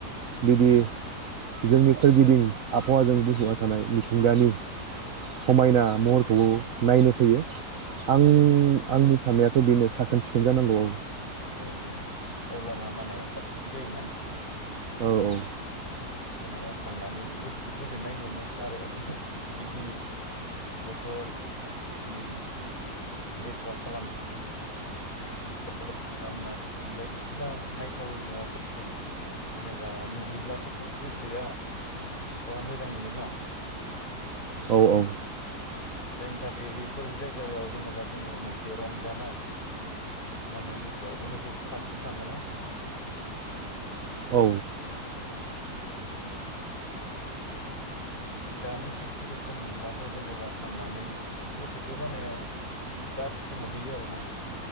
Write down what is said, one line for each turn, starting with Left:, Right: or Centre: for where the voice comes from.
Right: बिदि जोंनि सोरगिदिं आबहावाजों बुंफबना थानाय मिथिंगानि समायना महरखौबो नायनो फैयो। आं
Left: औ
Right: आं सानायाथ' बेनो साखोन सिखोन जानांगौ
Left: औ औ अब्लाना माने साबसिन जायोना
Right: औ औ
Left: जेनेबा थांनानै गोसोखौ गोजोननाय मोनो आरो बिदि बथल बिदि लेथ्रा खालामनाय बिदिनोदि बायदिसिना नायथावै मुवाफोरखौ जेनेबा नुहैब्लाथ' गोसोआ बहा मोजां मोनो न'
Right: औ औ
Left: जायनि थाखाय बेफोर जायगायाव जेनेबा जोङो मोनसे रंजानाय माने गोसोआव अनुभब खालामसो थाङोना
Right: औ
Left: दानि सिटुवेसनखौ नुबाथ जेनेबा थांनानै गोसोखो माने गाज्रिसो मोनहैयो आरोना